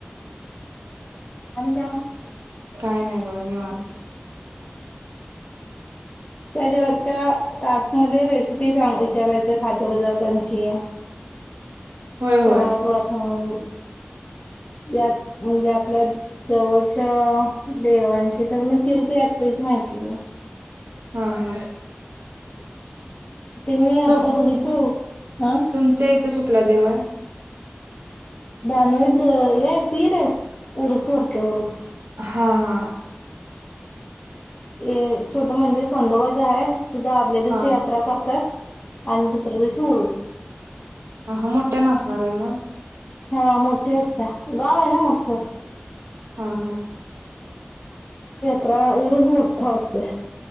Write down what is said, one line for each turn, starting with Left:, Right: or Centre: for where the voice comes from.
Left: आणि काय मग.
Right: काय नाही बघा निवांत.
Left: त्याच्या त्या टास्क मध्ये रेसिपी सांग विचारायच खाद्यपदार्थांची
Right: होय होय
Left: प्रवास वाचुन या म्हणजे आपल्या जवळच्या देवांची तर म तीर्थयात्रेची माहिती घेऊ.
Right: ह ह.
Left: ते मी
Right: तुम
Left: आता बघितलो.
Right: तुम
Left: हा.
Right: तुमच्या इथं कुठला देव आहे
Left: <unintelligible>
Right: हा हा.
Left: ये छोटं मंदिर खंडोबाच हाये. तिथ आदल्या दिवशी
Right: हा
Left: यात्रा करतात. आणि दुसऱ्या दिवशी उरूस. अ
Right: आ हा मोठ्यान आसणार आहे मग?
Left: हा मोठ्ठी आसते. गाव आहे ना मोठं.
Right: हा हा.
Left: त्र उरुस मोठ्ठ हो असतय.